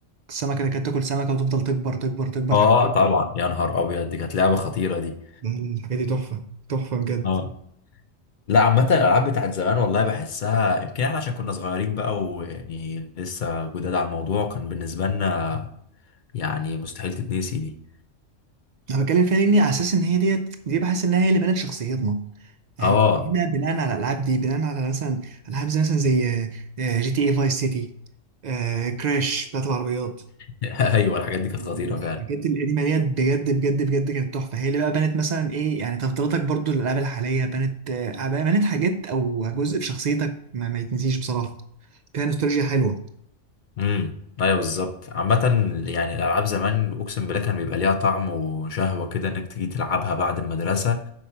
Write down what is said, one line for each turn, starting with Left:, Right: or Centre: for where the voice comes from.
Right: السمكة اللي كانت تاكل سمكة وتفضل تكبر تكبر تكبر
Left: اه طبعا يا نهار ابيض دي كانت لعبه خطيره دي
Right: لا لا الحاجات دي تحفة تحفة بجد
Left: اه لا عامه الالعاب بتاعت زمان والله بحسها يمكن احنا عشان كنا صغيرين بقى ويعني لسه جداد على الموضوع كان بالنسبه لنا يعني مستحيل تتنسي دي
Right: انا بتكلم فيها لاني على اساس ان هي ديت دي بحس انها هي اللي بنت شخصيتنا احنا
Left: اه
Right: بنينا بناء على الالعاب دي بناء على مثلا العاب زي مثلا زي آه، جي تي اي فايس سيتي كراش بتاعت العربيات
Left: <laughs> ايوه الحاجات دي كانت
Right: الحاجات
Left: خطيره فعلا
Right: القديمه ديت بجد بجد بجد كانت تحفه هي اللي بقى بنت مثلا ايه يعني تفضيلاتك برضو للالعاب الحاليه بنت آه، بنت حاجات او جزء في شخصيتك ما, ما يتنسيش بصراحه فيها نوستالجيا حلوه
Left: امم ايوه بالظبط عامه يعني الالعاب زمان اقسم بالله كان بيبقى ليها طعم وشهوه كده انك تيجي تلعبها بعد المدرسه